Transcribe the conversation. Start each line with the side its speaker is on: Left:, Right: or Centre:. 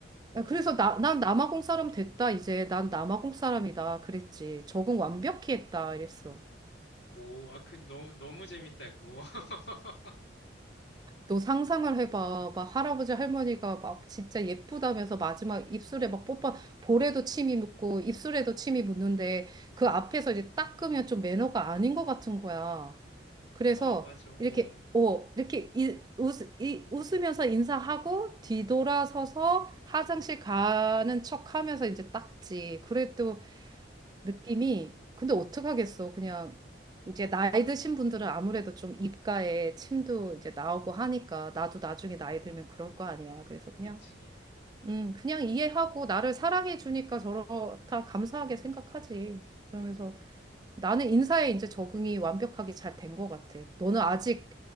Right: 야, 그래서 나, 난 남아공 사람 됐다 이제 난 남아공 사람이다 그랬지. 적응 완벽히 했다 이랬어.
Left: 오, 아, 그, 너무, 너무 재밌다, 그거. <laughs>
Right: 너 상상을 해봐. 막 할아버지 할머니가 막 진짜 예쁘다면서 마지막 입술에 막 뽀뽀, 볼에도 침이 묻고 입술에도 침이 묻는데 그 앞에서 이제 닦으면 좀 매너가 아닌 것 같은 거야. 그래서
Left: 어, 맞아, 어,
Right: 이렇게, 어, 이렇게 이, 웃, 이, 웃으면서 인사하고 뒤돌아서서 화장실 가는 척 하면서 이제 닦지. 그래도 느낌이 근데 어떡하겠어. 그냥 이제 나이 드신 분들은 아무래도 좀 입가에 침도 이제 나오고 하니까 나도 나중에 나이 들면 그럴 거 아니야. 그래서 그냥
Left: 그치.
Right: 음, 그냥 이해하고 나를 사랑해 주니까 저렇다 감사하게 생각하지. 그러면서
Left: 음,
Right: 나는 인사에 이제 적응이 완벽하게 잘 된 것 같아. 너는 아직